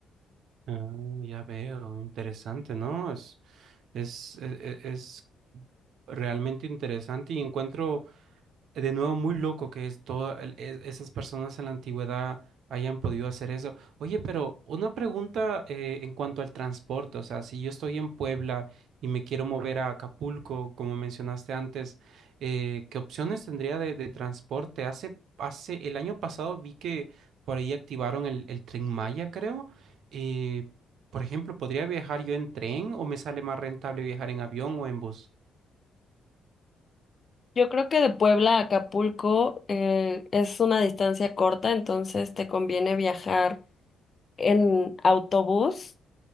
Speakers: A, on the right; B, on the left.
A: Ah, ya veo, interesante, ¿no? Es Es, e- e- es realmente interesante y encuentro de nuevo, muy loco que es todo el- e- esas personas en la antigüedad hayan podido hacer eso. Oye, pero una pregunta eh, en cuanto al transporte, o sea, si yo estoy en Puebla y me quiero mover a Acapulco, como mencionaste antes, eh, ¿qué opciones tendría de, de transporte? Hace, hace, el año pasado vi que por ahí activaron el, el Tren Maya, creo. Eh, por ejemplo, ¿podría viajar yo en tren o me sale más rentable viajar en avión o en bus?
B: Yo creo que de Puebla a Acapulco eh, es una distancia corta, entonces te conviene viajar en autobús